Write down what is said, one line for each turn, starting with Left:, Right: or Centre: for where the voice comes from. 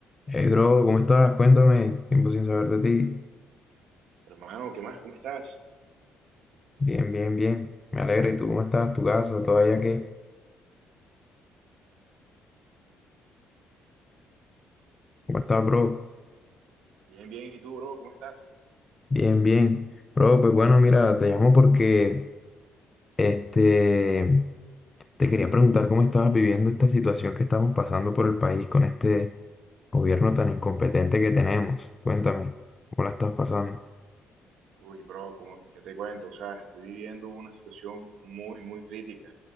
Left: Hey, bro, ¿cómo estás? Cuéntame. Tiempo sin saber de ti.
Right: Hermano, ¿qué más? ¿Cómo estás?
Left: Bien, bien, bien. Me alegra. ¿Y tú cómo estás? ¿Tu casa? ¿Todavía qué? ¿Cómo estás, bro?
Right: Bien, bien. ¿Y tú, bro? ¿Cómo estás?
Left: Bien, bien. Bro, pues bueno, mira, te llamo porque este te quería preguntar cómo estabas viviendo esta situación que estamos pasando por el país con este gobierno tan incompetente que tenemos. Cuéntame, ¿cómo la estás pasando?
Right: Uy, bro, ¿cómo, qué te cuento? O sea, estoy viviendo una situación muy, muy crítica